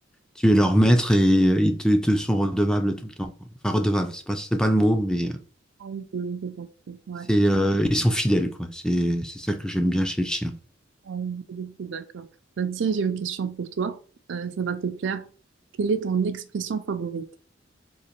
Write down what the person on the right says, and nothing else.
Ah oui, je je pense ouais.
Ah oui, je suis d'accord. Bah, tiens, j'ai une question pour toi. Euh, ça va te plaire. Quelle est ton expression favorite?